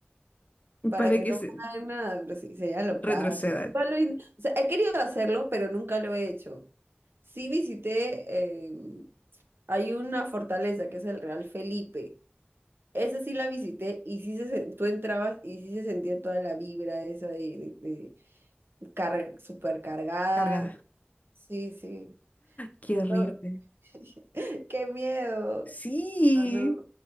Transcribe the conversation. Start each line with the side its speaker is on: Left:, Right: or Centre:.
Right: para
Left: para
Right: que
Left: que
Right: no
Left: se
Right: me hagan nada, pero sí, sería locazo.
Left: retrocedan.
Right: Igual lo in- O sea, he querido hacerlo, pero nunca lo he hecho. Sí visité, eh, hay una fortaleza que es el Real Felipe. Esa sí la visité y sí se, sen- tú entrabas y sí se sentía toda la vibra esa de, de, de car- supercargada.
Left: Cargada.
Right: Sí, sí. Por
Left: Qué horrible.
Right: eso- <laughs> ¡Qué miedo!
Left: Sí,
Right: No, no,